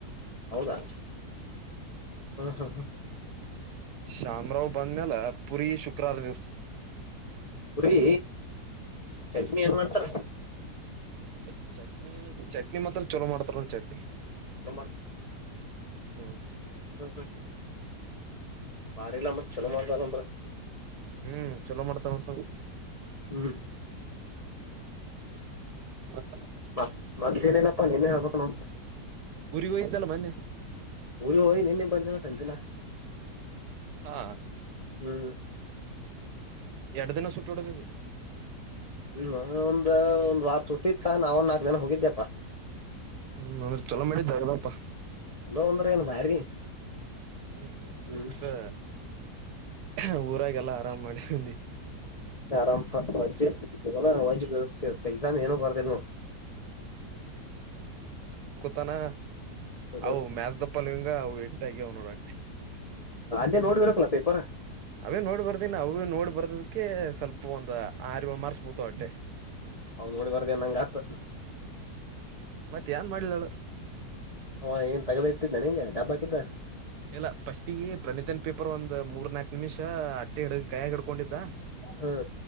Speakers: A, on the left (about 45°); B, on the right (about 75°).
A: ಹೌದಾ ಹ್ಮ ಹಾ ಹಾ
B: ಶ್ಯಾಮರಾವ್ ಬಂದ್ಮ್ಯಾಲ ಪುರಿ ಶುಕ್ರವಾರ ದಿವ್ಸ
A: ಪುರಿೀ ಚಟ್ನಿ ಏನ್ ಮಾಡ್ತಾರ
B: ಹ ಚ ಚಟ್ನ ಚಟ್ನಿ ಮಾತ್ರ ಚಲೋ ಮಾಡ್ತಾರಲ್ ಚಟ್ನಿ
A: ಚಲೋ
B: ಹ್ಮ್
A: ಹ್ಮ ಹ್ಮ ಬಾರಿಲ್ಲ ಮತ್ ಚಲೋ ಮಾಡ್ತಾರಂದ್ರ
B: ಹ್ಮ್ ಚಲೋ ಮಾಡ್ತಾವಸ
A: ಹ್ಮ್
B: ಮತ್ತ.
A: ಮತ್ ಮತ್ತೇನಿಲ್ಲಪ್ಪಾ ನೀನೆೆ ಹೇಳ್ಬೇಕ್ ನೋಡ್.
B: ಊರಿಗ್ ಹೋಗಿದ್ದಲ್ಲ ಮೊನ್ನೆ.
A: ಊರಿಗ್ ಹೋಗಿ ನೆನ್ನೆ ಬಂದ್ನೋ ಸಂಜೆನ.
B: ಹಾ.
A: ಹ್ಮ್.
B: ಎರಡ್ ದಿನ ಸುಟ್ಟಿ ಹೊಡ್ಡಿದಿ.
A: ನಾನೊಂದ್ ಒಂದ್ ವಾರ್ ಸುಟ್ಟಿ ಇತ್ತ ನಾವ ಒನ್ ನಾಕ್ ದಿನ ಹೋಗಿದ್ದೆಪ್ಪಾ.
B: ಹ್ಮ್ ಅಂದ್ರೆ ಚೊಲೋ ಮಾಡಿ ದಾಗದಪ್ಪಾ.
A: ಚಲೋ ಅಂದ್ರ ಏನ್ ಭಾರಿ.
B: ಹ್ಮ್ ನಿನ್ ಶಿಸ್ತಾ.
A: ಹ್ಮ್
B: ಹಾ ಊರಾಗೆಲ್ಲ ಆರಾಮ್ ಮಾಡಿ ಬಂದಿ.
A: ಹಾ ಅರಾಮ್ ಪ ವಜ್ಜಿ ಇತ್ತ್ <unintelligible> ಇವತ್ ಎಕ್ಸಾಮ್ ಏನು ಬರ್ದಿಲ್ ನೋಡ್.
B: ತಾನ
A: ನೋಡ್
B: ಅವು ಮ್ಯಾಚ್ ದಿ ಫಾಲೋಯಿಂಗ್ ಅವು ಎಟಗ್ಯವ್ ನೋಡ್ ಅಟ್ಟೆ.
A: ಹೇ ನೋಡ್ ಬರ್ಬೇಕಲ್ಲ ಪೇಪರ.
B: ಅವೇ ನೋಡ್ ಬರ್ದಿನ, ಅವುವುನ್ ನೋಡ್ ಬರ್ದದಕ್ಕೆ ಸ್ವಲ್ಪ ಒಂದ್ ಆರ್ ಯೋಳ್ ಮಾರ್ಕ್ಸ್ ಬೀಳ್ತವ್ ಅಟ್ಟೆ.
A: ಅವ್ ನೋಡಿ ಬರ್ದ ನಂಗ ಆತ್
B: ಮತ್ ಏನ್ ಮಾಡ್ಲಿ ಹೇಳ್.
A: ಹಾ ಆವಾ ಏನ್ ದಾಗ್ದ ಇಟ್ಟಿದ್ನ ನಿಂಗೆ ಡಬ್ಬ ಹಾಕಿದ್ದ.
B: ಇಲ್ಲ ಫಸ್ಟಿಗೆ ಪ್ರಣೀತನ್ ಪೇಪರ್ ಒಂದ್ ಮೂರ್ ನಾಕ್ ನಿಮಿಷ ಅಟ್ಟೆ ಹಿಡ್ ಕೈಯಾಗ್ ಹಿಡ್ಕೊಂಡಿದ್ದ.
A: ಹ ಹ.